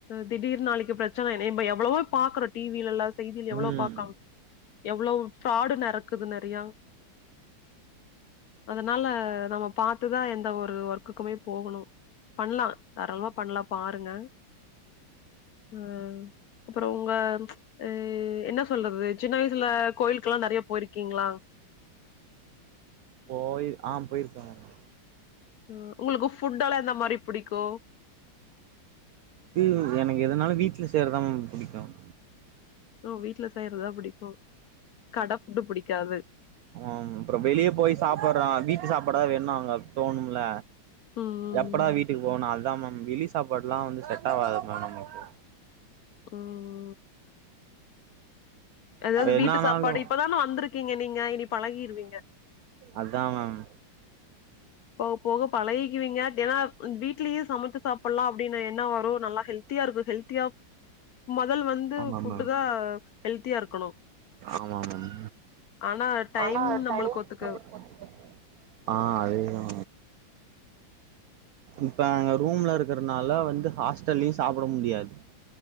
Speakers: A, on the left; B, on the right.
A: திடீர்ன்னு நாளைக்கு பிரச்சன எ என்ன எவ்வளவோ பாக்குறோ டி வி ல எல்லா செய்திய
B: ம்
A: எவ்ளோ பாக்கா எவ்லோ ஃப்ராடு நடக்குது நெறையா அதனால நம்ம பாத்துதா எந்த ஒரு ஒர்க்குக்குமே போகணு பண்லா தாராளமா பண்லா பாருங்க த அப்றோ உங்க அ என்ன சொல்றது சின்ன வயசுல கோயிலுக்கெல்லா நெறையா போயிருக்கீங்ளா
B: போயில் ஆ போயிருக்க மேம்
A: ம் உங்களுக்கு ஃபுட்டெல்லா எந்த மாறி புடிக்கும்
B: து எனக்கு எதுனாலு வீட்ல செய்யறதா மேம் புடிக்கும்
A: ஓ வீட்ல செய்யறதுதா புடிக்கும் கடை ஃபுட்டு புடிக்காது
B: ஆமா மேம் அப்றோ வெளிய போயி சாப்பட்றோ வீட்டு சாப்பாடு தா வேணும் அங்க தோணும்ல்ல
A: ம் ம்
B: எப்படா வீட்டுக்கு போவோன்னு அத்தா மேம் வெளி சாப்பாடு எல்லா வந்து செட் ஆவாது மேம் நமக்கு
A: உம் ஏதாவது
B: என்னானாலு
A: வீட்டு சாப்பாடு இப்பதானே வந்திருக்கீங்க நீங்க இனி பழகிருவீங்க
B: அத்தா மேம்
A: போவ போவ பழகிக்குவீங்க தெனாவு அந் வீட்லயே சமைச்சி சாப்பிட்லா அப்டின்னு எண்ணம் வரும் நல்லா ஹெல்த்தியா இருக்கும் ஹெல்த்தியாவு மொதல் வந்து
B: ஆமா
A: ஃபுட்டு்
B: மேம்
A: தா ஹெல்த்தியா இருக்கணு
B: ஆமா மேம்
A: ஆனா டைம்
B: ஆனா
A: நம்பளுக்கு ஒத்துக்காது
B: நம்மளுக்கு ஆ அதேதா இப்ப நாங்க ரூம்ல இருக்கறனால வந்து ஹாஸ்டல்லயு சாப்ட முடியாது